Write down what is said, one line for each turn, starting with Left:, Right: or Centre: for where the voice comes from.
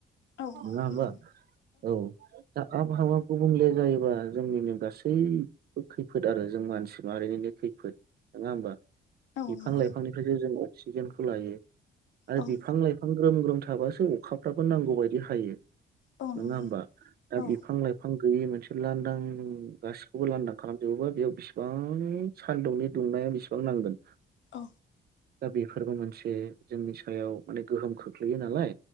Left: औ
Right: नोङा होमबा
Left: नंगौ
Right: औ दा आबहावा गुबुंले जायोबा जोंनिनो गासैबो खैफोद आरो जों मानसि माहारिनिनो खैफोद नोङा होनबा
Left: औ
Right: बिफां
Left: नंगौ
Right: लाइफांनिफ्रायसो जों अक्सिजेनखौ लायो आरो
Left: औ
Right: बिफां लाइफां ग्रोम ग्रोम थाबासो अखाफ्राबो नांगौ बायदि हायो
Left: औ
Right: नङा
Left: नंगौ
Right: होमबा दा
Left: औ
Right: बिफां
Left: औ
Right: लाइफां गैयै मोनसे लांदां गासिखौबो लांदां खालामजोबोबा बेयाव बेसिबां सानदुंनि दुंनाय बेसेबां नांगोन
Left: औ
Right: दा बेफोरबो मोनसे जोंनि सायाव माने गोहोम खोख्लैयो नालाय